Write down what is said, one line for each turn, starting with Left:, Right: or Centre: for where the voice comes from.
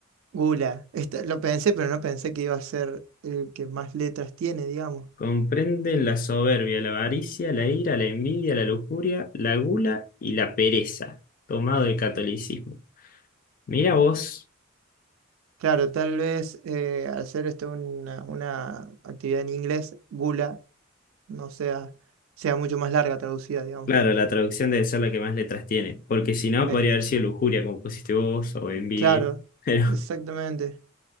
Right: Gula. Esta- lo pensé, pero no pensé que iba a ser el que más letras tiene, digamos.
Left: Comprenden la soberbia, la avaricia, la ira, la envidia, la lujuria, la gula y la pereza, tomado del catolicismo. Mira vos,
Right: Claro, tal vez eh, al ser esto una, una actividad en inglés, gula no sea, sea mucho más larga traducida, digamos.
Left: claro, la traducción debe ser la que más letras tiene, porque si no
Right: Eh,
Left: podría haber sido lujuria, como pusiste vos, o envidia.
Right: claro,
Left: <laughs> Pero,
Right: exactamente.